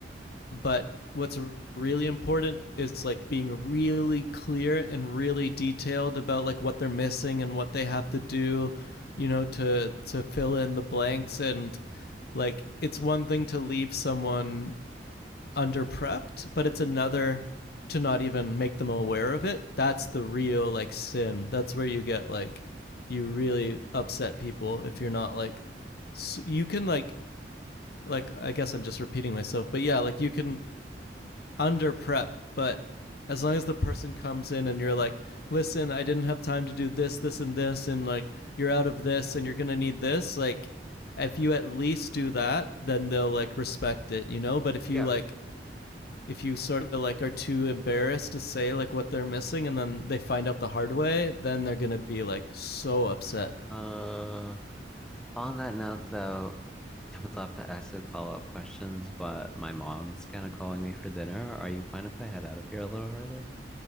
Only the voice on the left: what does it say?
but what's really important is like being really clear and really detailed about like what they're missing and what they have to do, you know, to to fill in the blanks and like it's one thing to leave someone under prepped, but it's another to not even make them aware of it. That's the real like sin. That's where you get like you really upset people if you're not like you can like like I guess I'm just repeating myself, but yeah, like you can under prep, but as long as the person comes in and you're like, listen, I didn't have time to do this, this, and this, and like you're out of this and you're gonna need this, like if you at least do that, then they'll like respect it, you know? But if
you like if you sort of like are too embarrassed to say like what they're missing and then they find out the hard way, then they're gonna be like so upset.